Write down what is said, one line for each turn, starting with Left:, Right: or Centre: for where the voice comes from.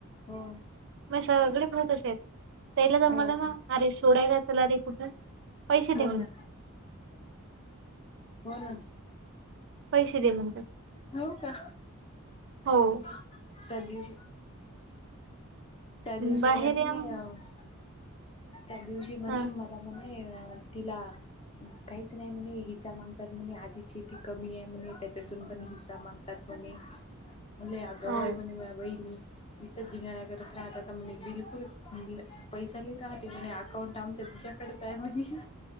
Left: हो.
Right: मग सगळे भाऊ तशेत हायत,
Left: हो.
Right: <unintelligible> अरे सोडायला चला अरे कुठं. पैसे
Left: हो
Right: दे म्हणे.
Left: ना. होण.
Right: पैसे दे म्हणतात
Left: हो का,
Right: हो
Left: म्हणे त्या दिवशी. त्या दिवशी
Right: बाहेर
Left: म्हणे,
Right: या मग
Left: त्या दिवशी म्हणे
Right: हा
Left: मला मो तिला. काहीच नाही म्हणे, हिस्सा मागतात म्हणे आधीच शेती कमी आहे म्हणे, त्याच्यातून पण हिस्सा माग तात म्हणे लै आगाव
Right: हो
Left: हायत म्हणे, माझ्या बहिणी निस्ता घिंगाण्या करत राहतता म्हणे, बिलकुल पैसा लै राहते म्हणे अकाउंट आमच्या तिच्या कडच आहे म्हणे.